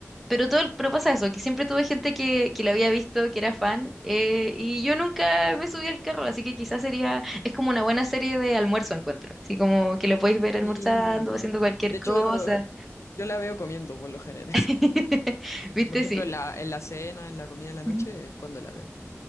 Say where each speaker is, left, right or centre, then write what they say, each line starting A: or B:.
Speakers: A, in the centre; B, on the left (about 65°).
A: pero todo, el- pero pasa eso, que siempre tuve gente que, que la había visto, que era fan eh, y yo nunca me subí al carro, así que quizás sería, es como una buena serie de almuerzo encuentro, así como que lo podéis ver almorzando,
B: Sí.
A: haciendo cualquier
B: De
A: cosa,
B: hecho, yo la veo comiendo por lo general.
A: <laughs> ¿viste?
B: Por ejemplo,
A: Sí.
B: en la, en la cena, en la comida de la noche,
A: Ujú.
B: es cuando la veo.